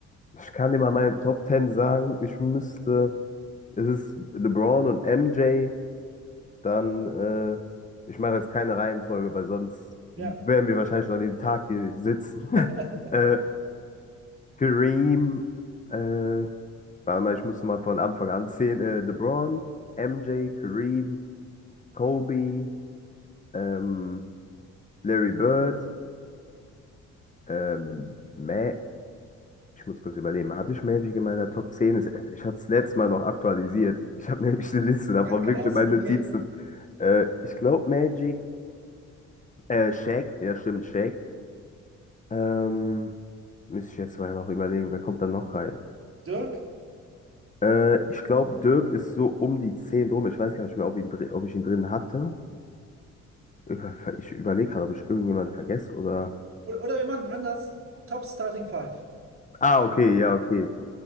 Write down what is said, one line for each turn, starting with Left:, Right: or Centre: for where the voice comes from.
Left: ich kann dir mal meine Top Ten sagen. Ich müsste, es ist LeBron und MJ, dann, äh, ich mache jetzt keine Reihenfolge, weil sonst werden
Right: Ja.
Left: wir wahrscheinlich noch den Tag hier sitzen. <laughs>
Right: <laughs>
Left: äh, Kareem, äh, warte mal, ich muss mal von Anfang an zählen. Äh, LeBron, MJ, Kareem, Kobe, ähm, Larry Bird, Ähm, Ma ich muss kurz überlegen, hatte ich Magic in meiner Top 10? Es- Ich hatte es letztes Mal noch aktualisiert. Ich habe <laughs> nämlich eine Liste davon,
Right: Ah, krass,
Left: wirklich in meinen
Right: okay.
Left: Notizen. Äh, ich glaube Magic, äh, Shaq, ja stimmt, Shaq. Ähm, müsste ich jetzt mal noch überlegen, wer kommt da noch rein?
Right: Dirk?
Left: Äh, ich glaube, Dirk ist so um die 10 drum. Ich weiß gar nicht mehr, ob, ihn, dr- ob ich ihn drin hatte. Über- Ich überlege gerade, ob ich irgendjemanden vergesse oder.
Right: Oder, oder wir machen anders. Top Starting Five.
Left: Ah, okay, ja, okay.